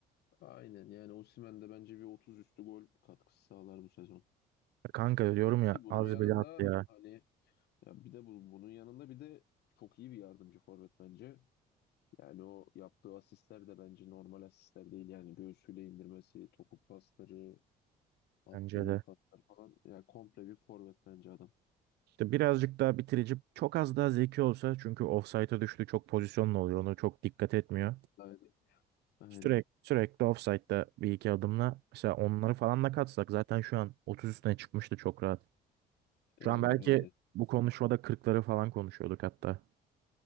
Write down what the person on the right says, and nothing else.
Kanka diyorum ya
az
bile attı ya
bence
de.
İşte birazcık daha bitirici çok az daha zeki olsa çünkü ofsayta düştü çok pozisyonla oluyor onu çok dikkat etmiyor.
Sürekli sürekli ofsaytta bir iki adımla mesela onları falan da katsak zaten şu an 30 üstüne çıkmıştı çok rahat. Şu
an belki
bu konuşmada kırkları falan konuşuyorduk hatta.